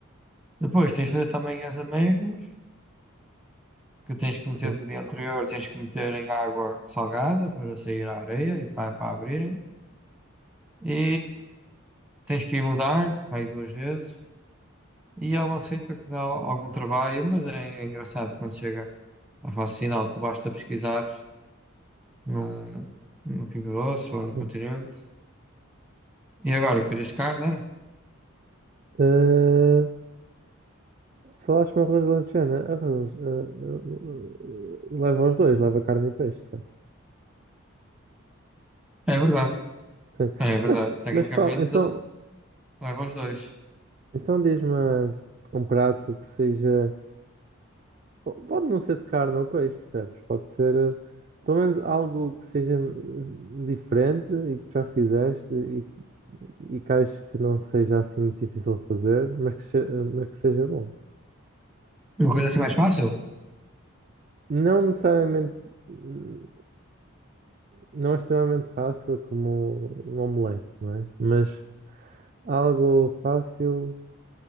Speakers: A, in the centre; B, on the right.
A: Depois tens de fazer também as amêijoas que tens que meter
B: Ok.
A: do dia anterior, tens que meter em água salgada para sair a areia e para, para abrirem. E tens que ir mudar aí duas vezes. E é uma receita que dá algum trabalho, mas é, é engraçado quando chega à fase final, tu basta pesquisar no, no Pingo Doce ou no
B: Hum.
A: Continente. E agora, querias carne, era?
B: Eh, se falaste-me arroz de lanchana, arroz, eh, eh, leva os dois, leva carne e peixe, certo?
A: É verdade,
B: Sim.
A: é verdade.
B: Mas,
A: Tecnicamente,
B: mas fala, então,
A: leva os dois.
B: Então diz-me ah, um prato que seja. po- Pode não ser de carne ou peixe, percebes? Pode ser ah, pelo menos algo que seja ah, diferente e que tu já fizeste e, e que acho que não seja assim muito difícil de fazer, mas que, se- eh, mas que seja bom.
A: Uma coisa assim mais fácil?
B: Não necessariamente. hum, Não é extremamente fácil como um omelete, não é? Mas algo fácil.